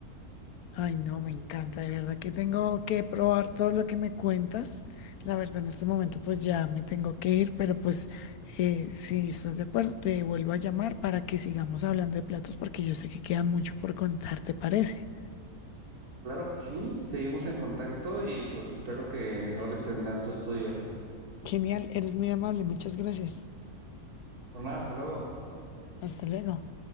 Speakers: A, on the left (about 80°); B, on the right (about 80°).
A: ay no, me encanta, de verdad que tengo que probar todo lo que me cuentas. La verdad, en este momento pues ya me tengo que ir, pero pues eh, si estás de acuerdo, te vuelvo a llamar para que sigamos hablando de platos porque yo sé que queda mucho por contar, ¿te parece?
B: Claro que sí, seguimos en contacto y pues espero que logres terminar tu estudio.
A: Genial, eres muy amable, muchas gracias.
B: Por nada, hasta luego.
A: Hasta luego.